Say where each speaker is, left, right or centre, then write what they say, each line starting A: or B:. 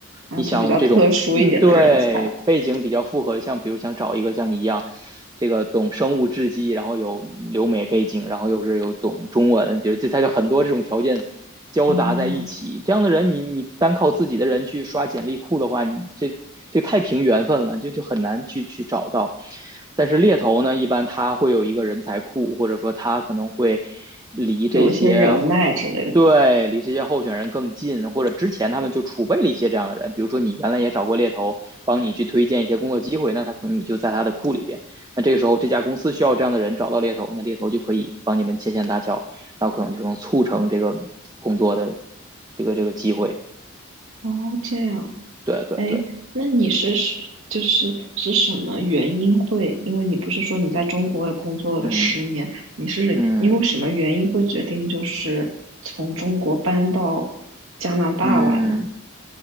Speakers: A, on the right; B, on the right.
A: 啊，
B: 你想要的这种嗯，
A: 就比较特殊一点的人才，
B: 对，背景比较复合，像比如想找一个像你一样，这个懂生物制剂，然后有留美背景，然后又是有懂中文，比如这他就很多这种条件交杂在一起，
A: 哦，
B: 这样的人你，你单靠自己的人去刷简历库的话，你这这太凭缘分了，就就很难去去找到。但是猎头呢，一般他会有一个人才库，或者说他可能会离这些
A: 有一些人脉之类的。
B: 对，离这些候选人更近，或者之前他们就储备了一些这样的人，比如说你原来也找过猎头，帮你去推荐一些工作机会，那他可能你就在他的库里边。那这个时候这家公司需要这样的人，找到猎头，那猎头就可以帮你们牵线搭桥，然后可能就能促成这个工作的这个这个机会。
A: 哦，这样，
B: 对对对，
A: 哎，那你是是就是是什么原因会？因为你不是说你在中国也工作了十年，
B: 嗯
A: 你是因为什么原因会决定就是从中国搬到加拿大来呢？
B: 嗯嗯，